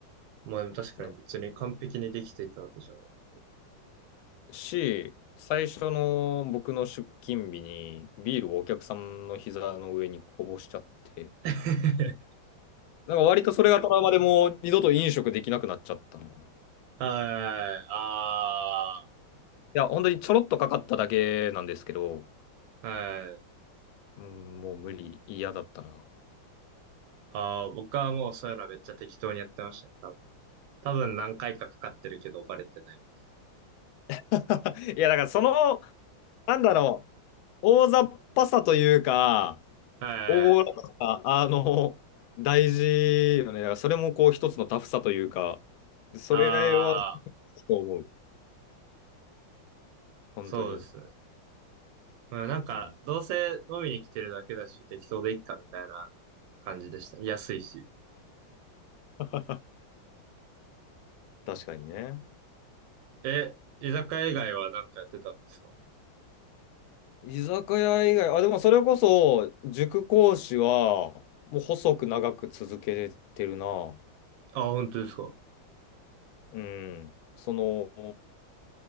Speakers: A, on the right; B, on the left.
A: まあでも確かに別に完璧にできていたわけじゃないけど。
B: なし、最初の僕の出勤日にビールをお客さんの膝の上にこぼしちゃって、
A: <laughs>
B: なんか割とそれがトラウマでもう二度と飲食できなくなっちゃったな。い
A: はい。あ
B: や、本当にちょろっとかかっただけなんですけど、
A: あ。はい。
B: うん、もう無理、嫌だったな。
A: ああ、僕はもうそういうのはめっちゃ適当にやってましたね、多分。多分何回かかかってるけどバレてないみたい
B: <laughs> いや、だからその、なんだろう、大雑把さというか、
A: な。<laughs> はいはい。
B: 大らかさ、あの、大事よね。だからそれもこう一つのタフさというか、それは、
A: ああ、
B: と思う。本当に。
A: そうですね。うんなんか、
B: うん、
A: どうせ飲みに来てるだけだし、適当でいっかみたいな感じでした。安いし。
B: <laughs> 確かにね。
A: え、居酒屋以外は何かやってたんですか
B: 居酒屋以外、あ、でもそれこそ、塾講師は、もう細く長く続けてるな。
A: あ、本当ですか。は
B: うん。その、